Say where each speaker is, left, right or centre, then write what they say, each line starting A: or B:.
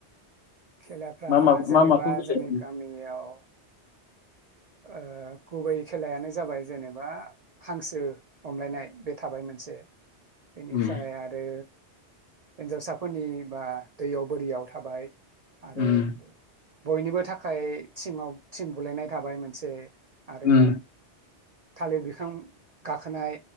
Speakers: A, on the right (about 55°); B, on the left (about 75°).
A: खेलाफ्रा
B: मा मा
A: जेनेबा
B: मा माखौ गेलेयो
A: जोंनि गामियाव ओ गुबै खेलायानो जाबाय जेनेबा हांसो हमलायनाय बे थाबाय मोनसे एनिफ्राय
B: उम
A: आरो हिनजावसा फोरनि बा दैयाव बोरियाव थाबाय आरो
B: उम
A: बयनिबो थाख खाय थिङाव थिं बुलायनाय थाबाय मोनसे आरो
B: उम
A: थालिर बिफां गाखोनाय